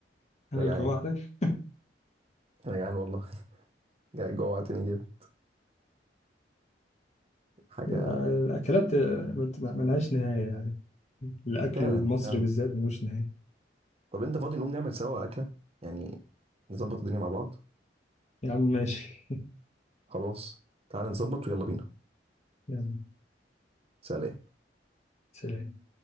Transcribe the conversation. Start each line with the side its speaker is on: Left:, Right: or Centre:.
Left: انا
Right: انا
Left: اللي
Right: جعان
Left: جوعتك
Right: انا جعان والله <laughs> جع- جوعتني جدا حاجه
Left: آه، الاكلات آه، بت- ملهاش نهايه يعني الاكل
Right: فعلا
Left: المصري
Right: فعلا
Left: بالذات ملوش نهايه
Right: طب انت فاضي نقوم نعمل سوا اكله يعني نظبط الدنيا مع بعض
Left: يا عم ماشي <laughs>
Right: خلاص تعال نظبط ويلا بينا
Left: يلا
Right: سلام
Left: سلام